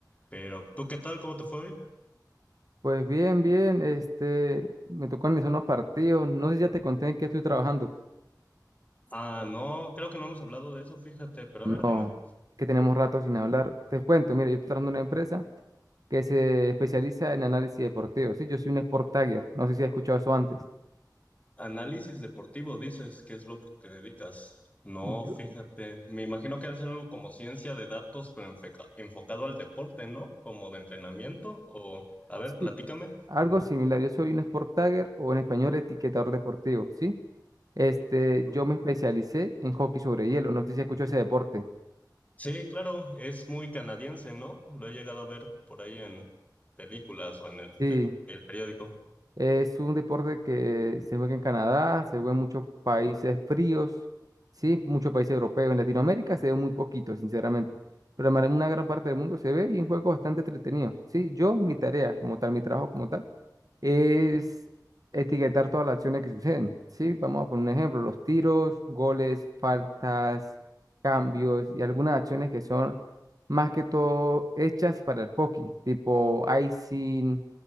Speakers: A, on the left; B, on the right.
A: Pero, ¿tú qué tal? ¿Cómo te fue hoy?
B: Pues bien, bien, este, me tocó analizar unos partidos, no sé si ya te conté en qué estoy trabajando.
A: Ah, no, creo que no hemos hablado de eso, fíjate, pero
B: No,
A: a ver, dime.
B: es que tenemos rato sin hablar. Te cuento, mire, yo estoy trabajando en una empresa que se especializa en análisis deportivo, sí, yo soy un Sport Tagger, no sé si has escuchado eso antes.
A: Análisis deportivo, dices, ¿qué es lo que te dedicas? No,
B: Yo-
A: fíjate, me imagino que debe ser algo como ciencia de datos, pero enfeca- enfocado al deporte, ¿no? Como de entrenamiento, o... A ver,
B: sí,
A: platícame.
B: algo similar, yo soy un Sport Tagger o en español etiquetador deportivo, ¿sí? Este,
A: Ajá.
B: yo me especialicé en hockey sobre hielo. No sé si escucho ese deporte.
A: Sí, claro, es muy canadiense, ¿no? Lo he llegado a ver por ahí en películas o en el,
B: Sí,
A: el periódico.
B: es un deporte que se juega en Canadá, se juega en muchos países fríos, sí, muchos países europeos. En Latinoamérica se ve muy poquito, sinceramente. Pero en una gran parte del mundo se ve y es un juego bastante entretenido. Sí, yo, mi tarea como tal, mi trabajo como tal. es etiquetar todas las acciones que suceden. Sí, vamos a poner un ejemplo, los tiros, goles, faltas, cambios y algunas acciones que son más que todo hechas para el hockey, tipo icing,